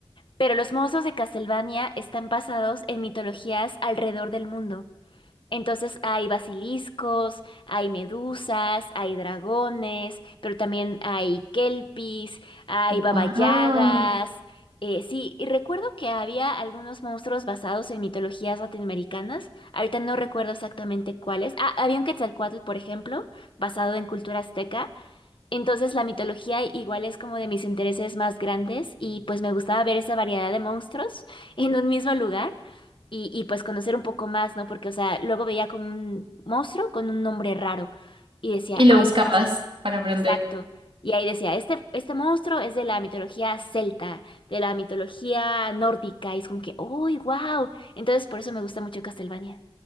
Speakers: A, on the left (about 60°); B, on the right (about 70°).
A: Pero los monstruos de Castlevania están basados en mitologías alrededor del mundo. Entonces hay basiliscos, hay medusas, hay dragones, pero también hay kelpis, hay babayagas.
B: Wow.
A: Eh, sí, y recuerdo que había algunos monstruos basados en mitologías latinoamericanas. Ahorita no recuerdo exactamente cuáles. Ah, había un Quetzalcóatl, por ejemplo, basado en cultura azteca. Entonces la mitología igual es como de mis intereses más grandes y pues me gustaba ver esa variedad de monstruos <laughs> en un mismo lugar y, y pues conocer un poco más, ¿no? Porque, o sea, luego veía como un monstruo con un nombre raro y decía,
B: Y lo
A: ay,
B: buscabas
A: ¿cuál es ese?
B: para aprender.
A: Exacto. Y ahí decía, este, este monstruo es de la mitología celta, de la mitología nórdica y es como que, ¡uy, wow! Entonces por eso me gusta mucho Castlevania.